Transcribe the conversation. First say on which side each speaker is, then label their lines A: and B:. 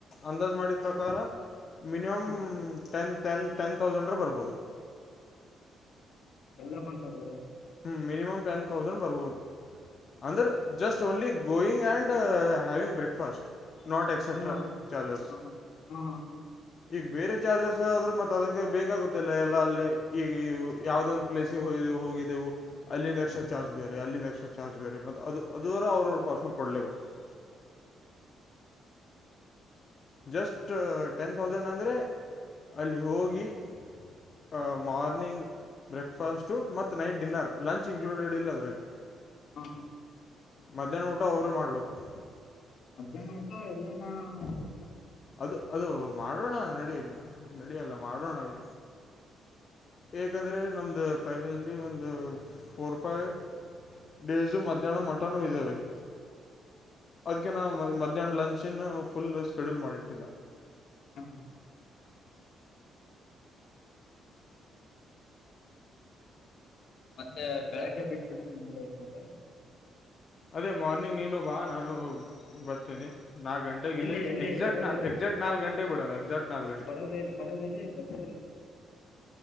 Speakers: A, on the left (about 45°); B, on the left (about 65°).
A: ಅಂದಾಜ್ ಮಾಡಿದ ಪ್ರಕಾರ? <inaudible> ಮಿನಿಮಮ್
B: ಹಾ
A: ಟೆನ್ ಟೆನ್ ಟೆನ್ ಥೌಸಂಡ್ ಬರ್ಬೋದು? <inaudible>
B: ಹ್ಮ್ಮ್. <inaudible> ಎಲ್ಲರೂ ಬಂದು ತಡೆದರು? <inaudible>
A: ಹ್ಮ್ ಮಿನಿಮ್ ಟೆನ್ ಥೌಸಂಡ್ ಬರುಬೋಹುದು? <inaudible> ಅಂದರ್ just only going and having breakfast! <inaudible> ಎಕ್ಸೆಟ್ರಾ
B: ಹ್ಮ
A: ಚಾರ್ಜಸ್
B: ಹ್ಮ ಹ ಹ್ಮ. <inaudible>
A: ಈಗ ಬೇರೆ ಚಾರ್ಜಸ್! ಆದ್ರರು ಮತ್ತ ಅದಕ್ಕೆ ಬೇಕಾಗುತ್ತಿಲ್ಲ, ಎಲ್ಲ, ಅಲ್ಲಿ, ಈಗ ಯಾವ್ದ? <inaudible> ಪ್ಲೇಸ್ಗೆ ಹ ಹೋಗಿದ್ದೆವು. <inaudible> ಅಲ್ಲಿಂದ ಎಕ್ಸ್ಟ್ರಾ
B: ಹ್ಮ್
A: ಚಾರ್ಜ್ ಬೇರೆ! ಅಲ್ಲಿಂದ ಎಕ್ಸ್ಟ್ರಾ ಚಾರ್ಜ್ ಬೇ ಮ ಮತ್ತು ಅದು ಅದುವರ ಅವ್ರವ ಪರ್ಸೆಟ್ ಕೊಡಲೆಬೇಕು? <inaudible>
B: ಹ್ಮ್. <inaudible>
A: ಜಸ್ಟ್ ಟೆನ್ ಥೌಸಂಡ್ ಅಂದರೆ ಅಲ್ಲಿ ಹೋಗಿ? <inaudible> ಆ ಮಾರ್ನಿಂಗ್! <inaudible> ಬ್ರೇಕ್ಫಾಸ್ಟ್ ಮತ್ತು ನೈಟ್ ಡಿನ್ನರ್ ಲಂಚ್ ಇನ್ಕ್ಲೂಡೆಡ್ ಇಲ್ಲ ಅದ್ರಗೆ
B: ಹಾ ಹಾ ಹಾ! <inaudible>
A: ಮಧ್ಯಾಹ್ನ ಊಟ ಅವರೆ ಮಾಡಬೇಕು? <inaudible>
B: ಮಧ್ಯಾಹ್ನ, ಊಟ ಹೇಳಿಯಾನ? <inaudible>
A: ಅದು ಅದು ಮಾಡೋಣ! ನಡಿ ನಡಿಯಲ್ಲ ಮಾಡೋಣ. <inaudible> ಏಕಂದ್ರೆ ನಮ್ದು ಪ್ಯಾಕೇಜ್! ಅಲ್ಲಿ ಒಂದು ಫೋರ್ ಫೈವ್? <inaudible> ಡೇಸು ಮಧ್ಯಾಹ್ನ ಮಟನು ಇದ್ದಾವೆ. <inaudible> ಅದ್ಕ್ಕೆ ನಾ ಮಧ್ಯಾಹ್ನ ಲಂಚಿನ ಫುಲ್ ಸ್ಕೆಡ್ಯೂಲ್ ಮಾಡಿಟ್ಟಿಲ್ಲ. <inaudible>
B: ಹಾ! <inaudible> ಮತ್ತೆ ಬೆಳಗ್ಗೆ ಬಿಟ್ಟು ಊರಿಗೆ ಹೋಗೋದ? <inaudible>
A: ಅದೇ ಮಾರ್ನಿಂಗ್ ನೀನು ಬಾ ನಾನು ಬರ್ತೇನೆ ನಾಗ್ ಗಂಟೆ ಇಲ್ಲಿ
B: ಎಲ್ಲಿ ಎಲ್ಲಿ
A: ಎಕ್ಸಾಕ್ಟ್
B: ಬರೋದೆಲ್ಲಿ
A: ಎಕ್ಸಾಕ್ಟ್ ನಾಕ್ ನಾಲ್ಕ್ ಗಂಟೆಗೆ ಬಿಡ ಎಕ್ಸಾಕ್ಟ್ ನಾಲ್ಕ್ ಗಂಟೆಕ
B: ಬರೋದ
A: <inaudible>
B: ಬರೋದೆಲ್ಲಿ ಬಜಾರಲ್ಲಿ